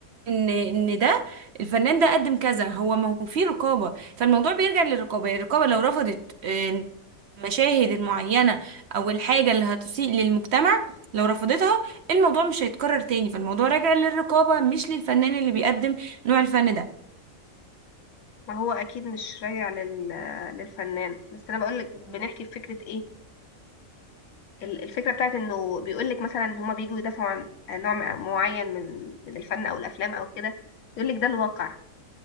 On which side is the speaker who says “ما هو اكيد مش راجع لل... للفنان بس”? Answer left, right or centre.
Left